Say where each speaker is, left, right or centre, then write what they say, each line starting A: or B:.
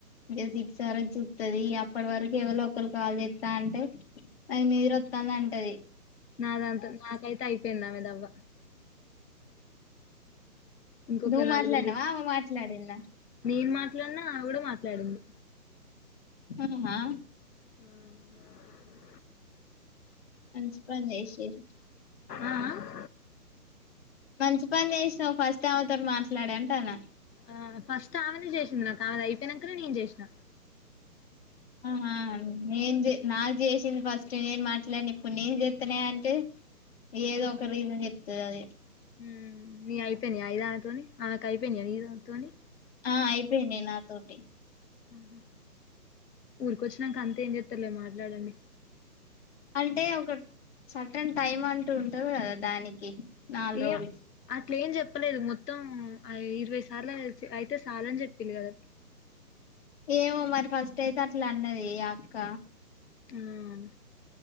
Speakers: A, on the left (about 40°); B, on the left (about 85°).
A: ఇక సిక్స్ వరకు చూత్తది అప్పటి వరకు ఎవలో ఒకలు కాల్ చేత్తా అంటే అవి మీరు వొత్తనంటది
B: నాదంతా నాకైతే అయిపోయింది అవి దవ్వ ఇంకొక
A: నువ్వు
B: నలుగురు
A: మాట్లాడినావా ఆమె మాట్లాడిందా
B: నేను మాట్లాడినా ఆమే కూడా మాట్లాడింది
A: మ్మ్ ఆ
B: ఆ
A: మంచి పని చేసిర్రు
B: ఆ ఆ
A: మంచి పని చేసినావు ఫస్ట్ ఆమెతోని మాట్లాడి అంటన్న
B: ఆ ఫస్ట్ ఆమె నే చేేషింది నాకు ఆమెదైపోయినాక నేను చేసిన
A: ఆహా నేను నాకు చేసింది ఫస్ట్ నేను మాట్లాడను ఇప్పుడు నేను చేత్తనే అంటే ఏదో ఒక రీజన్ చెప్తాది
B: మ్మ్ నీవైపోయినాయి ఐదానతోని ఆమెకు అయిపోయినాయ నీదాన్ తోనీ
A: ఆ అయిపోయినాయి నాతోటి
B: ఆహ ఊరికొచ్చినాక అంతే ఏం చెత్తారులే మాట్లాడండి
A: అంటే ఒక సటన్ టైమ్ అంటూ ఉంటది కదా దానికి నాలుగు
B: ఏ
A: రోజులు
B: అ అట్లేం చెప్పలేదు మొత్తం ఇరవై సార్లు అయితే సాలని చెప్పింది కదా
A: ఏమో మరి ఫస్ట్ అయితే అట్లా అన్నది ఈ అక్క
B: మ్మ్